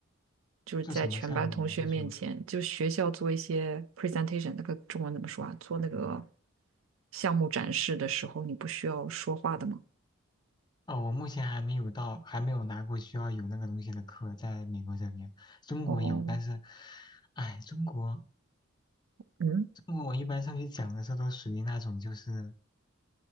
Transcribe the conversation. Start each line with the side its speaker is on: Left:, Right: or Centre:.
Right: 就是在全班同学面前，
Left: 做什么项目？你是说？
Right: 就学校做一些 presentation，那个中文怎么说啊？做那个项目展示的时候，你不需要说话的吗？
Left: 哦，我目前还没有到，还没有拿过需要有那个东西的课，在美国这边，中国有，
Right: 哦，
Left: 但是，哎，中国，
Right: 嗯，
Left: 中国我一般上去讲的时候都属于那种就是，